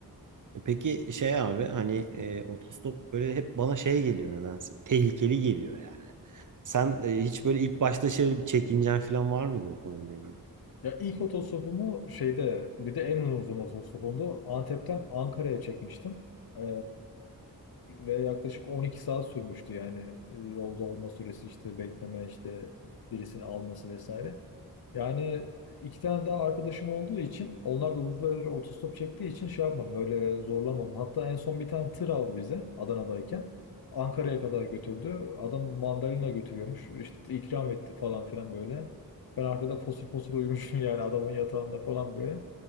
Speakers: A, on the right; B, on the left.
A: E Peki şey abi hani e, otostop böyle hep bana şey geliyor nedense. Tehlikeli geliyor yani. Sen e, hiç böyle ilk başta şey bir çekincen falan var mıydı o konuyla ilgili?
B: Ya ilk otostopumu şeyde bir de en uzun otostopumdu. Antep'ten Ankara'ya çekmiştim. Ee, ve yaklaşık 12 saat sürmüştü yani Ee, yolda olma süresi işte bekleme işte birisini alması vesaire. Yani iki tane daha arkadaşım olduğu için onlar da uzun süre otostop çektiği için şey yapmadım öyle zorlamadım. Hatta en son bir tane tır aldı bizi Adana'dayken. Ankara'ya kadar götürdü. Adam mandalina götürüyormuş. İşte ikram etti falan filan böyle. Ben arkada fosur fosur uyumuşum yani adamın yatağında falan böyle.